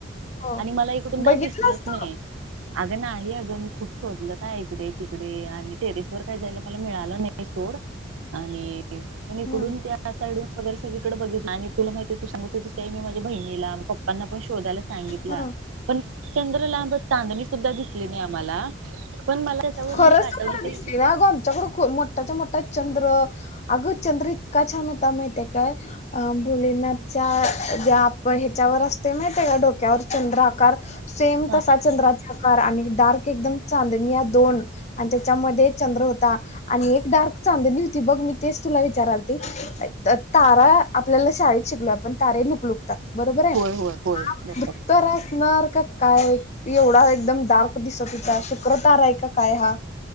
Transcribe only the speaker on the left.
हो
बघितलास
तू?
हम्म
हम्म.
खरंच
तुम्हाला
दिसली नाही अगं आमच्याकडं मोठाच्या मोठा चंद्र अगं चंद्र इतका छान होता माहितीये काय भोलेनाथच्या ज्या आपण पण ह्याच्यावर असतोय माहितीये काय डोक्यावर चंद्र आकार सेम
तसा
चंद्राचा आकार आणि डार्क एकदम चांदणी या दोन आणि त्याच्यामध्ये चंद्र होता आणि एक डार्क चांदणी होती बघ मी तेच तुला विचाराल ते तारा आपल्याला शाळेत शिकलो आपण तारे लुकलुकतात बरोबर आहे
हा
भत्तर असणार का काय एवढा एकदम डार्क दिसत होता शुक्रताराआहे का काय हा